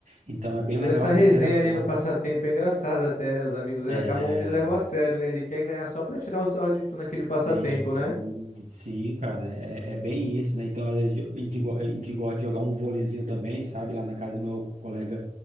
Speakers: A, on the right; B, on the left.
A: Então é bem
B: Toda
A: legal
B: essa
A: essa
B: resenha
A: interação.
B: ali no passatempo é engraçada até, né? Os amigos aí
A: É,
B: acabam que eles levam a sério, né? Ele quer ganhar só pra tirar o sarro de tu naquele passatempo,
A: Sim,
B: né?
A: sim, cara, é, é é bem isso, né? Então, às vezes, a gente go- a gente gosta de jogar um vôleizinho também, sabe? Lá na casa do meu colega